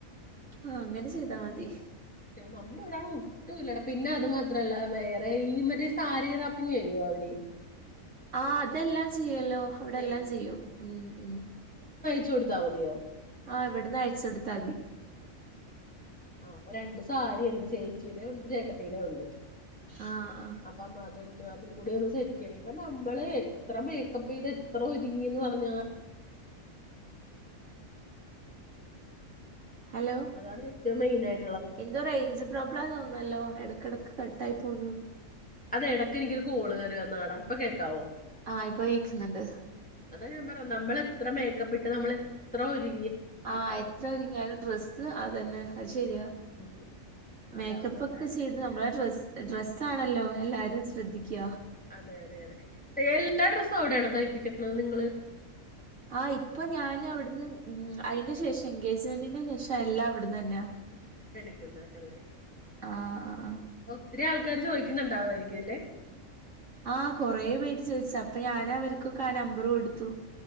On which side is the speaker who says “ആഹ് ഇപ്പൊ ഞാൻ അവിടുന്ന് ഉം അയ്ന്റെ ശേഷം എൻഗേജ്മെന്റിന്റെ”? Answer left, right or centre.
Right